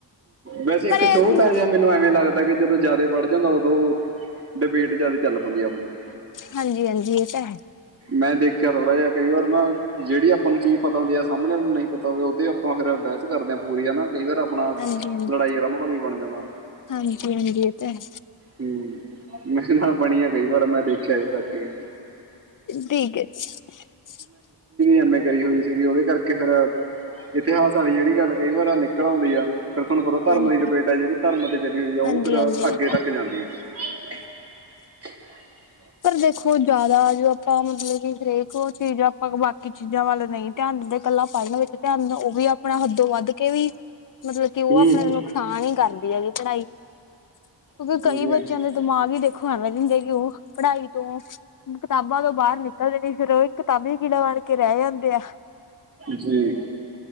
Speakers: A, on the right; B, on the left.
A: ਵੈਸੇ
B: ਪਰ
A: ਇੱਕ
B: ਇਹ
A: ਛੋਟਾ ਜਿਹਾ ਮੈਨੂੰ ਐਵੇਂ ਲੱਗਦਾ ਕਿ ਜਦੋਂ ਜਿਆਦਾ ਪੜ੍ਹ ਜਾਂਦਾ ਉਦੋਂ ਡਿਬੇਟ ਜਿਆਦਾ ਚੱਲ ਪੈਂਦੀ ਆ ਆਪਣੀ
B: ਹਾਂਜੀ ਹਾਂਜੀ ਇਹ ਤਾਂ ਹੈ
A: ਮੈਂ ਦੇਖਿਆ ਥੋੜ੍ਹਾ ਜਿਹਾ ਕਈ ਵਾਰ ਨਾ ਜਿਹੜੀ ਆਪਾਂ ਨੂੰ ਚੀਜ਼ ਪਤਾ ਹੁੰਦੀ ਆ ਸਾਹਮਣੇ ਉਹ ਨੂੰ ਨਹੀਂ ਪਤਾ ਹੋਵੇ ਉਹਦੇ ਆਪਾਂ ਫੇਰ ਬਹਿਸ ਕਰਦੇ ਪੂਰੀ ਹਨਾ। ਕਈ ਵਾਰ ਆਪਣਾ
B: ਹਾਂਜੀ ਹਾਂਜੀ
A: ਲੜਾਈ ਵਾਲਾ ਮਾਹੌਲ ਵੀ ਬਣ ਜਾਣਾ
B: ਹਾਂਜੀ ਹਾਂਜੀ ਇਹ ਤਾਂ ਹੈ
A: ਹੂੰ। ਮੈਂ <unintelligible> ਬਣੀਆਂ ਕਈ ਵਾਰ ਮੈਂ ਦੇਖਿਆ ਵੀ ਕਰਕੇ
B: ਠੀਕ ਹੈ ਜੀ
A: ਐਮ ਏ ਕਰੀ ਹੋਈ ਸੀਗੀ ਉਹਦੇ ਕਰਕੇ ਫਿਰ ਇਤਿਹਾਸ ਵਾਲੀ ਜਿਹੜੀ ਗੱਲ ਕਈ ਵਾਰ ਨਿਕਲੋ <unintelligible> ਫਿਰ ਤੁਹਾਨੂੰ ਪਤਾ ਧਰਮ
B: ਹਾਂਜੀ
A: ਦੀ ਡਬੇਟ ਹੈ ਜਿਹੜੀ ਧਰਮ ਤੇ ਚਲੀ ਹੋਈ ਆ ਉਹ
B: ਹਾਂਜੀ
A: ਫਿਰ
B: ਹਾਂਜੀ
A: ਅੱਗੇ ਤੱਕ ਜਾਂਦੀ ਹੈ <inaudible>
B: ਪਰ ਦੇਖੋ ਜਿਆਦਾ ਜੋ ਆਪਾਂ ਮਤਲਬ ਕਿ ਹਰੇਕ ਉਹ ਚੀਜ਼ ਆਪਾਂ ਕੀ ਚੀਜ਼ਾਂ ਵੱਲ ਨਹੀਂ ਧਿਆਨ ਦਿੰਦੇ ਕੱਲਾ ਪੜਨ ਵਿੱਚ ਧਿਆਨ ਉਹ ਵੀ ਆਪਣਾ ਹੱਦੋਂ ਵੱਧ ਕੇ ਵੀ ਮਤਲਬ ਕਿ ਉਹ
A: ਹੂੰ
B: ਆਪਣੇ ਨੁਕਸਾਨ ਹੀ ਕਰਦੀ ਹੈਗੀ ਪੜ੍ਹਾਈ ਕਿਉਂਕਿ
A: ਹਾਂਜੀ
B: ਕਈ ਬੱਚਿਆਂ
A: ਹਾਂ
B: ਦੇ ਦਿਮਾਗ ਹੀ ਦੇਖੋ ਐਵੇਂ ਦੇ ਹੁੰਦੇ ਕਿ ਉਹ ਪੜ੍ਹਾਈ ਤੋਂ ਕਿਤਾਬਾਂ ਤੋਂ ਬਾਹਰ ਨਿਕਲਦੇਣੀ ਫਿਰ ਉਹ ਇੱਕ ਕਿਤਾਬੀ ਕਿੜਾ ਬਾਣ ਕੇ ਰੈ ਜਾਂਦੇ ਆ
A: ਜੀ